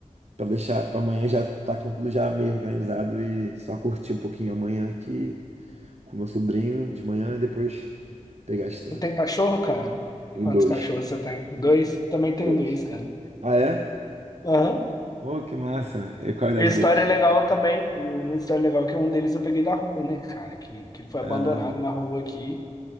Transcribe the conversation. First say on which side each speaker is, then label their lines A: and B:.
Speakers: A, on the right; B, on the left.
A: para deixar para amanhã já tá com tudo já meio organizado e só curtir um pouquinho amanhã aqui com meu sobrinho de manhã e depois pegar a estrada.
B: Você tem cachorro, cara?
A: Em
B: Quantos
A: dois,
B: cachorros você tem? Dois? Também tenho
A: dois.
B: dois, cara.
A: Ah, é?
B: Aham.
A: Oh, que massa. E qual a idade
B: E a história
A: deles?
B: é legal também. Uma história legal é que um deles eu peguei da rua, né, cara? Que, que ele foi
A: Caramba,
B: abandonado na rua aqui.